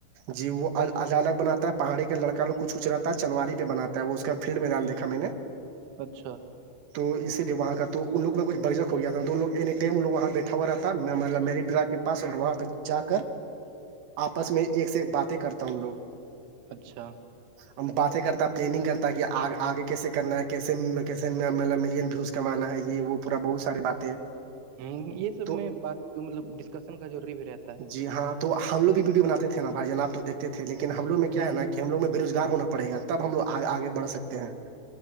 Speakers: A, on the right; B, on the right.
A: جی وہ ال الگ بنات ہے پہاڑی کا لڑک لوگچ کچھ رہتا ہے چنواری پہ بنات ہے وہ اس کا فیلڈ میںیدان دیکا میں نے
B: اچھا
A: تو اسی لیے وہاں کا تو ان لوگ کا کچھ برجک ہو گیا تھا تو لوگینی ائم لوگ وہاں بیٹھا ہوا تھا میں مطب میری ڈرا کے پاس اور وہاں پہ جا کر آپس میں ایک سے ایک بات کرتا ان لوگ
B: اچھا
A: ا باتیں کرتا پلاننگ کرتا کہ آگے کیسے کرنا ہے کیسے کیے ملین ویوز کمانا ہے یہ وہ پورا بہت ساری باتیں
B: ہ یہ سب
A: تو
B: میں بات مطلب ڈسکشن کا ضروری بھی رہتا ہے
A: جی ہاں تو ہم لوگ بھی ویڈیو بنے تھے نا بھائی جان آپ دیکھتے تھے لیکن ہم لوگ میں کیا
B: ہوں
A: ہے نا کہ ہم لوگ میں بے روگار ہونا پڑے گاب ہم لوگ آگےڑھ سکتے ہیں